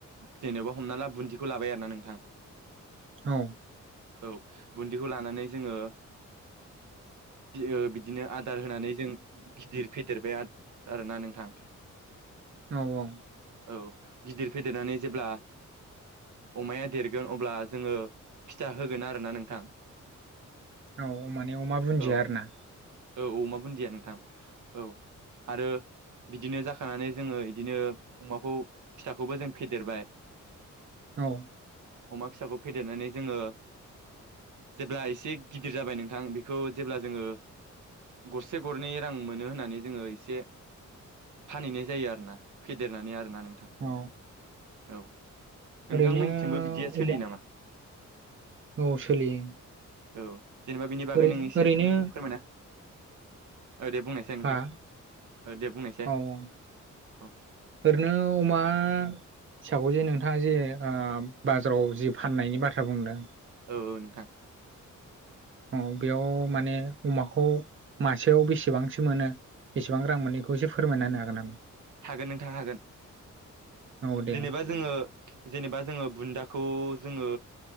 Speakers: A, on the right; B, on the right.
A: जेनेबा हमना ला बुन्दिखौ लाबाय आरोना नोंथां।
B: औ
A: औ बुन्दिखौ लानानै जोङो ओ बिदिनो आदार होनानै जों गिदिर फेदेरबाय आर-आरोना नोंथां।
B: औ औ।
A: औ गिदिर फेदेरनानै जेब्ला अमाया देरगोन अब्ला जोङो फिथा होगोन आरोना नोंथां।
B: औ माने अमा बुन्दिया
A: औ
B: आरोना।
A: औ अमा बुन्दिया नोंथां औ आरो बिदिनो जाखानानै जोङो इदिनो अमाखौ फिसाखौबो जों फेदेरबाय।
B: औ।
A: अमा फिसाखौ फेदेरनानै जोङो जेब्ला एसे गिदिर जाबाय नोंथां बेखौ जेब्ला जोङो गरसे गरनै रां मोनो होननानै जोङो एसे फानहैनाय जायो आरोना फेदेरनानै आरोना। नोंथां
B: औ
A: औ नोंथांमोनथिंबो
B: ओरैनो
A: बिदिया सोलियो
B: अमा
A: नामा?
B: औ सोलियो।
A: औ जेनेबा बिनि बागै
B: ओरै
A: नों एसे
B: ओरैनो
A: फोरमायना ओ दे बुंनायसाय नोंथां।
B: हा
A: औ दे बुंनायसाय
B: औ औ
A: औ
B: ओरैनो अमा फिसाखौ जे नोंथाङा जे ओ बाजाराव जे फाननायनि बाथ्रा बुंदों।
A: औ औ नोंथां।
B: औ बेयाव माने अमाखौ मासेयाव बेसेबांसो मोनो? बेसेबां रां मोनैखौ एसे फोरमायना होनो हागोन नामा?
A: हागोन नोंथाङा हागोन
B: औ दे
A: जेनेबा जोङो जेनेबा जोङो बुन्दाखौ जोङो